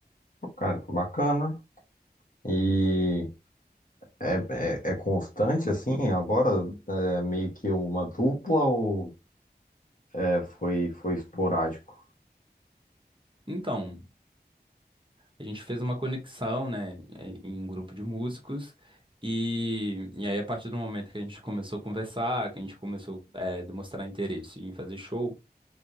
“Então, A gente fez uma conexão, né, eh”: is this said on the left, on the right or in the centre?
Right